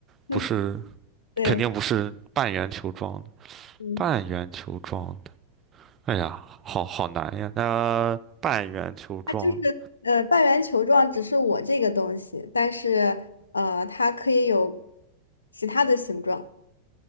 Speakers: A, on the left; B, on the right.
A: <laughs>
B: 不是，
A: 对，
B: 肯定不是半圆球状的。
A: 嗯，
B: 半圆球状的，哎呀，好好难呀。那、半圆球状的。
A: 它就是呃半圆球状，只是我这个东西，但是呃它可以有其他的形状，